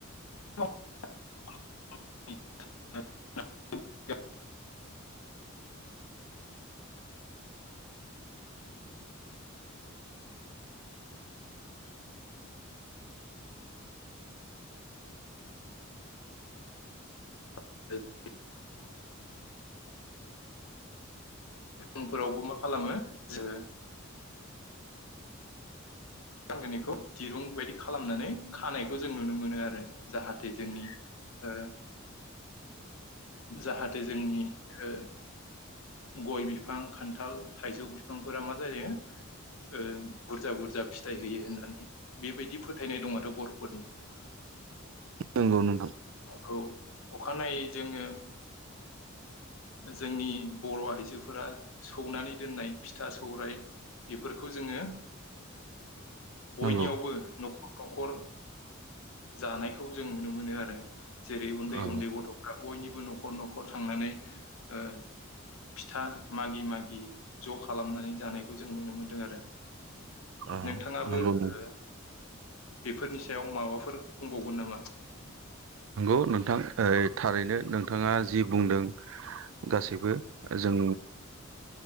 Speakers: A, on the left; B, on the right.
A: <inaudible> फोरावबो उनफोरावबो मा खालामो जो फानगोन निखौ दिरुं बायदि खालामनानै खानायखौ जों नुनो मोनो आरो जाहाथे जोंनि ओ जाहाथे जोंनि ओ गय बिफां खान्थाल, थाइजौ बिफांफोरा मा जायो ओ बुरजा बुरजा फिथाइ होयो होननानै बेबायदि फोथायनाय दं आरो बर'फोरनियाव
B: नोंगौ नोंथां
A: खौ अखानायै जोङो <inaudible> जोंनि बर' आइजोफोरा सौनानै दोननाय फिथा सौराय बेफोरखौ जोङो बयनियावबो
B: नंगौ
A: न' <inaudible> न'खर जानायखौ जों नुनो मोनो आरो जेरै उन्दै
B: औ
A: उन्दै गथ'फ्रा बयनिबो न'खर न'खर थांनानै ओ फिथा मागि मागि ज' खालामनानै जानायखौ जों नुनो मोनदों आरो
B: औ
A: नोंथाङाबो
B: नंगौ
A: ओ बेफोरनि सायाव माबाफोर बुंबावगोन नामा
B: औ नोंथां ओइ थारैनो नोंथाङा जि बुंदों गासैबो जों